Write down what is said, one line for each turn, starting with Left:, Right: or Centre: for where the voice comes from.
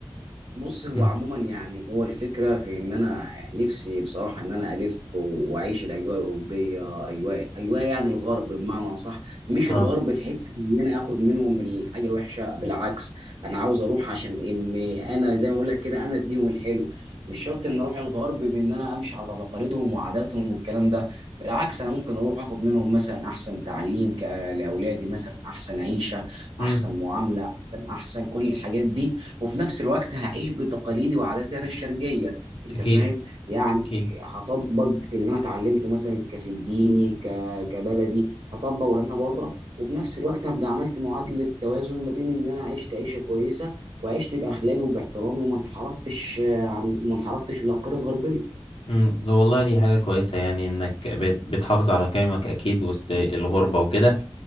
Right: بص هو
Left: امم
Right: عموما يعني هو الفكره في ان انا نفسي بصراحه ان انا الف واعيش الاجواء الاوروبيه اجواء اجواء يعني الغرب بمعنى اصح مش
Left: اه
Right: الغرب في حته ان انا اخد منهم الحاجه الوحشه بالعكس انا عاوز اروح عشان ان انا زي ما اقول لك كده انا اديهم الحلو مش شرط ان اروح الغرب بان انا امشي على تقاليدهم وعاداتهم والكلام ده بالعكس انا ممكن اروح اخد منهم مثلا احسن تعليم ك- لاولادي مثلا احسن عيشه
Left: امم
Right: احسن معامله احسن أحسن كل الحاجات دي وفي نفس الوقت هعيش بتقاليدي وعاداتي انا الشرقيه انت
Left: أكيد
Right: فاهم يعني
Left: أكيد
Right: هطبق اللي انا اتعلمته مثلا كفي الديني ك... كبلدي هطبق وانا بره وبنفس الوقت هبقى عملت معادله توازن ما بين اللي انا عشت عيشه كويسه وعشت باخلاقي وباحترامي وما انحرفتش آه، عن ما انحرفتش للافكار الغربيه
Left: امم ده والله دي حاجة كويسة يعني إنك بت- بتحافظ على قيمك أكيد وسط الغربة وكده